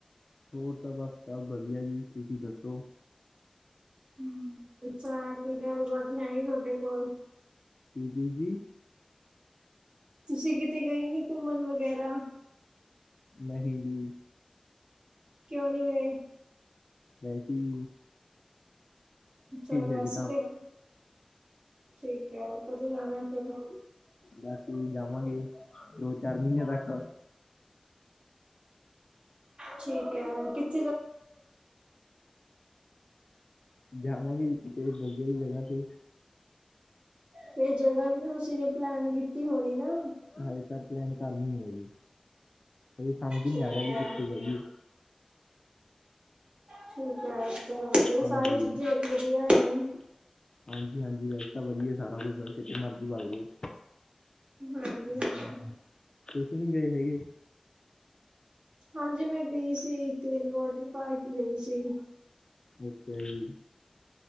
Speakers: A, on the left; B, on the right.
A: ਹੋਰ ਤਾਂ ਬਸ ਸਭ ਵਧੀਆ ਜੀ ਤੁਸੀਂ ਦੱਸੋ।
B: ਹਮ ਅੱਛਾ ਕੋਈ ਗੱਲਬਾਤ ਹੈਨੀ, ਤੁਆਡੇ ਕੋਲ।
A: ਜੀ-ਜੀ?
B: ਤੁਸੀਂ ਕਿਤੇ ਗਏ ਨੀ ਘੁੰਮਣ ਵਗੈਰਾ?
A: ਨਹੀਂ ਜੀ।
B: ਕਿਉਂ ਨੀ ਗਏ।
A: ਵੈਸੇ ਈ ਜੀ।
B: <unintelligible>
A: ਹਜੇ ਤਾਂ
B: ਠੀਕ ਐੈ, ਕਦੋਂ ਜਾਣਾ ਫਿਰ?
A: ਬਸ ਯੀ ਜਾਵਾਂਗੇ, ਦੋ ਚਾਰ ਮਹੀਨੇਆਂ ਤੱਕ
B: ਠੀਕ ਐ, ਅ ਕਿਥ
A: ਜਾਵਾਂਗੇ ਜੀ ਕਿਤੇ, ਵਧੀਆ ਜੀ ਜਗ੍ਹਾ ਤੇ।
B: ਫਿਰ ਜਗ੍ਹਾ ਵੀ ਤਾਂ ਤੁਸੀਂ ਨੇ ਪਲੈਨ ਕੀਤੀ ਹੋਣੀ ਨਾ।
A: ਹਜੇ ਤਾਂ ਪਲੈਨ ਕਰਨੀ ਹੈ ਜੀ ਹਜੇ ਸਮਝ ਨੀ
B: ਠੀਕ
A: ਆ ਰਿਹਾ ਵੀ
B: ਹੈ
A: ਕਿੱਥੇ ਜਾਈਏ।
B: ਠੀਕ ਹੈ ਚਲੋ ਵਧੀਆ
A: ਹਾਂਜੀ।
B: ਸਾਰੀ ਚੀਜ਼ਾਂ ਵਧੀਆ ਨੇ
A: ਹਾਂਜੀ ਹਾਂਜੀ, ਵੈਸੇ ਤਾਂ ਵਧੀਆ ਸਾਰਾ ਕੁਛ ਕਿਤੇ ਮਰਜੀ ਵਗ ਜੋ।
B: ਹਾਂਜੀ ਹਾਂ।
A: ਤੁਸੀ ਨੀ ਗਏ ਹੈਗੇ?
B: ਹਾਂਜੀ ਮੈਂ ਗਈ ਸੀ। ਇੱਕ ਦਿਨ ਵੋਟਰ ਪਾਰਕ ਗਈ ਸੀ।
A: ਅੱਛਾ ਜੀ।